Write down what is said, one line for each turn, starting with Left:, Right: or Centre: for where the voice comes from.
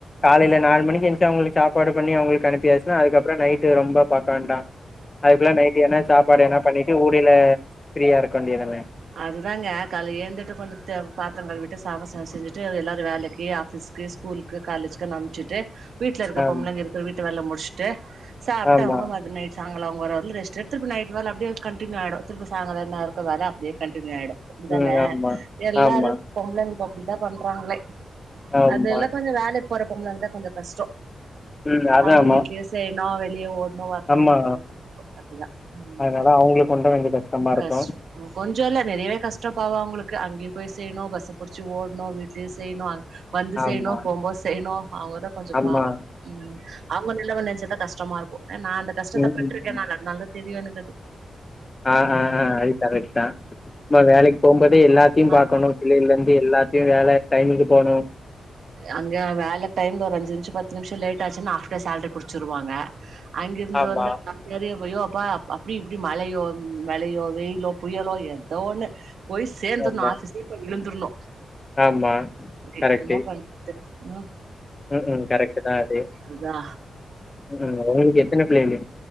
Left: காலையில நாலு மணிக்கு எந்துச்சு அவங்களுக்கு சாப் சாப்பாடு பண்ணி அவங்களுக்கு அனுப்பியாச்சுன்னா அதுக்கப்புறோ நைட்டு ரொம்ப பாக்காண்டா அதுக்குல்ல நைட்டு என்ன சாப்பாடு எதனா பண்ணிட்டு ஊடைல ஃப்ரீயா இருக்க வேண்டியதான
Right: அதுதாங்க கால்லே ஏழ்ந்துட்டு கொஞ்சத பாத்திரோ கழுவிட்டு சாப்ப ச செஞ்சிட்டு எல்லாரு வேலைக்கி ஆபீஸ் க்கி ஸ்கூலுக்கு காலேஜ்க்குனு அனுப்சுட்டு வீட்ல இருக்க
Left: ஆமா
Right: பொம்பளைங்க இருக்கிற வீட்டு வேலலா முடிச்சுட்டு சாப்ட்டு
Left: ஆமா
Right: அவங்க வ நைட் சாயங்கால ஒ ஒரு ல ரெஸ்ட் எடுத்துரு திருப்ப நைட் வேலை அப்டியே கன்டினியூ ஆய்டு திருப்ப சாயங்கால என்ன இருக்குண வேல அப்டியே கன்டினியூ ஆயிடு அப்டித்தான
Left: ம் ஆமா
Right: எல்லாரு
Left: ஆமா
Right: பொம்பளைங்க இப்ப அப்டித்தா பண்றாங்களே
Left: ஆமா
Right: அது எல்லா கொஞ்சோ வேலைக்கி போற பொம்பளைங்க தா கொஞ்சோ கஷ்டோ
Left: ம் அதாம்மா
Right: அவங்க வீட்லயு செய்ணு வெளிய ஓ இன்னு வரணு
Left: ஆமா
Right: என்ன பன்றது அதுதா ம்
Left: அதனால அவங்களுக்கு ஒன்னும் கொஞ்சம் கஷ்டமா இருக்கும்
Right: கஷ்டமோ கொஞ்சோ இல்ல நெறையவே கஷ்டோ பாவோ அவங்களுக்கு அங்கேயு போய் செய்யணு பஸ்ச புடிச்சு ஓட்ணு வீட்லயு செய்ணு வந்து
Left: ஆமா
Right: செய்ணு போம்போ செய்ணு அவங்கதா கொஞ்சோ
Left: ஆமா
Right: பாவோ ம் அவங்க நெலம நெனச்சா தா கஷ்டமா இருக்கு நா அந்த கஷ்டத்த
Left: ம்
Right: பட்ருக்க
Left: ம் ம்
Right: நானு அதுனால தா தெரியு எனக்கது
Left: ஆ ஆ ஆ அது கரெக்ட் தா நம்ம வேலக்கி போம்போதே எல்லாத்தையு பாக்கணு
Right: ஆமா
Left: பிள்ளைல இருந்து எல்லாத்த இங்கயு வேல டைமுக்கு போனு
Right: அங்க வேல டைம்ல ஒரு அஞ்சு நிமிஷோ பத்து நிமிஷோ லேட் ஆச்சுன்னா ஆப் டே சாலரி புடிச்சுருவாங்க அங்கிருந்து
Left: ஆமா
Right: வந்தன்னா சரியோ பொய்யோ அப்பா அப்டி இப்டி மழையோ மலையோ வெயிலோ புயலோ எதோ ஒண்ணு போய் சேந்துர்ணு
Left: ஆமா,
Right: ஆபீஸ்ல போய் விழுந்தரணு
Left: ஆமா
Right: விதி
Left: கரெக்ட்டு.
Right: என்ன பண்றது ம்
Left: ம் ம் கரெக்ட் தா அது
Right: அதா
Left: ம் ம் உங்களுக்கு எத்தன பிள்ளெலு